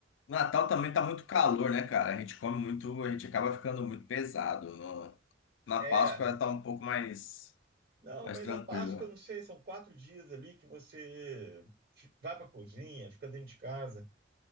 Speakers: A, on the left; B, on the right.
A: Natal também tá muito calor, né, cara? A gente come muito, a gente acaba ficando muito pesado. No- na
B: É.
A: Páscoa tá um pouco mais,
B: Não,
A: mais
B: mas
A: tranquilo.
B: a Páscoa, não sei, são quatro dias ali que você fi- vai para a cozinha, fica dentro de casa.